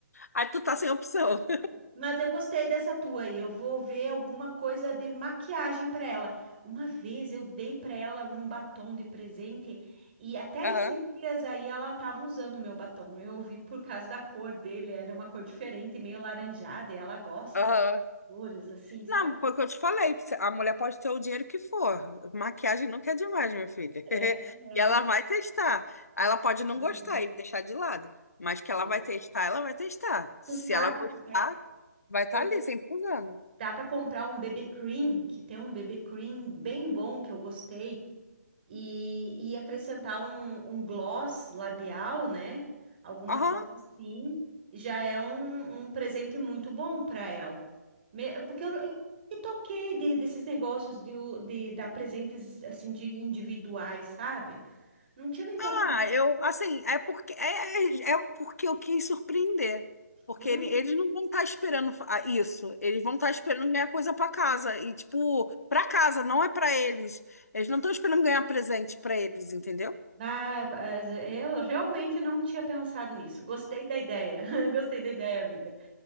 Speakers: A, on the left; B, on the right.
A: Aí tu tá sem opção.
B: Mas eu gostei dessa tua aí. Eu vou ver alguma coisa de maquiagem para ela. Uma vez eu dei para ela um batom de presente e até
A: Aham,
B: esses dias aí ela estava usando o meu batom. Eu vi por causa da cor dele, era uma cor diferente, meio laranjada, e ela gosta
A: aham.
B: assim, de cores assim, sabe?
A: Não, porque eu te falei, a mulher pode ter o dinheiro que for. Maquiagem nunca é demais, minha filha.
B: É,
A: <laughs>
B: é.
A: E ela vai testar. Ela pode não
B: Uhum,
A: gostar e deixar de lado. Mas que
B: é.
A: ela vai testar, ela vai testar. Se
B: Tu sabe
A: ela gostar,
B: que é,
A: vai estar
B: eu
A: ali, sempre usando.
B: Dá para comprar um BB Cream, que tem um BB Cream bem bom que eu gostei, e, e acrescentar um, um gloss labial, né? Alguma
A: Aham.
B: coisa assim, já é um, um presente muito bom para ela. Me- Porque eu, eu me toquei de- desses negócios de, o- de dar presentes assim de individuais, sabe? Não tinha me tocado.
A: Ah, eu, assim, é porque é, é é porque eu quis surpreender. Porque
B: Uhum.
A: ele- eles não vão estar esperando fa- ah, isso. Eles vão estar esperando ganhar coisa para casa. E, tipo, para casa, não é para eles. Eles não estão esperando ganhar presente para eles, entendeu?
B: Ah, mas eu realmente não tinha pensado nisso. Gostei da ideia. <laughs> Gostei da ideia, amiga.